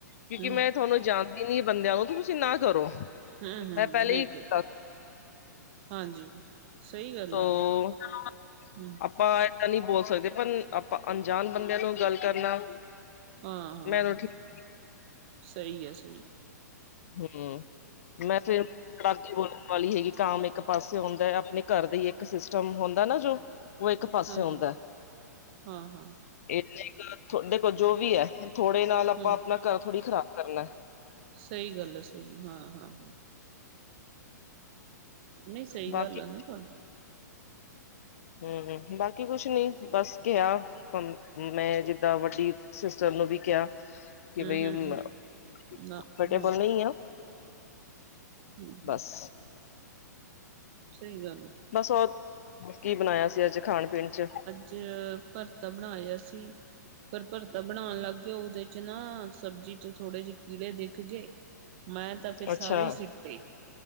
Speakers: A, on the left (about 50°); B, on the right (about 40°).
A: ਕਿਉਂਕਿ
B: ਹਮ
A: ਮੈਂ ਤੁਹਾਨੂੰ ਜਾਣਦੀ ਨੀ ਬੰਦਿਆਂ ਨੂੰ ਤੁਸੀਂ ਨਾ ਕਰੋ
B: ਹਮ ਹਮ
A: ਮੈਂ ਪਹਿਲੇ
B: ਬਿਲਕੁਲ
A: ਹੀ ਸੀ।
B: ਹਾਂਜੀ। ਸਹੀ ਗੱਲ
A: <unintelligible>
B: ਆ ਨਾ ਹਮ
A: ਆਪਾਂ ਇਹ ਤਾਂ ਨਹੀਂ ਬੋਲ ਸਕਦੇ ਪਰ ਆਪਾਂ ਅਣਜਾਣ ਬੰਦਿਆਂ ਤੋਂ ਗੱਲ ਕਰਨਾ
B: ਹਾਂ ਹਾਂ
A: ਮੈਨੂੰ ਠੀਕ
B: ਸਹੀ ਆ ਸਹੀ।
A: ਹਮ ਮੈਂ ਫਿਰ ਬਾਕੀ ਬੋਲਣ ਵਾਲੀ ਹੈਗੀ ਕੰਮ ਇੱਕ ਪਾਸੇ ਆਉਂਦਾ ਆਪਣੇ ਘਰ ਦਾ ਹੀ ਇੱਕ ਸਿਸਟਮ ਹੁੰਦਾ ਨਾ ਜੋ ਉਹ ਇੱਕ ਪਾਸੇ
B: ਹਾਂਜੀ
A: ਆਉਂਦਾ।
B: ਹਾਂ ਹਾਂ
A: ਇਹ ਤੁਹਾਡੇ ਕੋਲ ਜੋ ਵੀ ਹੈ ਥੋੜੇ ਨਾਲ ਆਪਾਂ
B: ਹਮ
A: ਆਪਣਾ ਘਰ ਥੋੜ੍ਹੀ ਖ਼ਰਾਬ ਕਰਨਾ।
B: ਸਹੀ ਗੱਲ ਸਹੀ ਹਾਂ ਹਾਂ। ਨਹੀਂ ਸਹੀ
A: ਬਾਕੀ
B: ਗੱਲ ਆ ਨਾ ਤੁਹਨੂੰ
A: ਹਮ ਬਾਕੀ ਕੁਛ ਨੀ ਬਸ ਕਿਹਾ। ਮੈਂ ਜਿੱਦਾਂ ਵੱਡੀ ਸਿਸਟਰ ਨੂੰ ਵੀ ਕਿਹਾ। ਕਿ
B: ਹਮ
A: ਬਾਈ ਕਮਫਰਟੇਬਲ
B: ਹਮ ਹਮ ਨਾ ਹਾਂ
A: ਨਹੀਂ ਆ।
B: ਹਮ
A: ਬਸ
B: ਹਮ <unintelligible> ਸਹੀ ਗੱਲ ਆ।
A: ਬਸ ਉਹ ਕੀ ਬਣਾਇਆ ਸੀ ਅੱਜ ਖਾਣ ਪੀਣ ਚ
B: ਚ ਭਰਤਾ ਬਣਾਇਆ ਸੀ ਪਰ ਭਰਤਾ ਬਣਾਉਣ ਲੱਗ ਗਿਆ ਉਹਦੇ ਨਾ ਸਬਜ਼ੀ ਚ ਥੋੜੇ ਜਿਹੇ ਕੀੜੇ ਦਿਖ ਗਏ ਮੈਂ ਤਾਂ ਫਿਰ ਸਾਰੇ
A: ਅੱਛਾ
B: ਹੀ ਸਿੱਟੇ।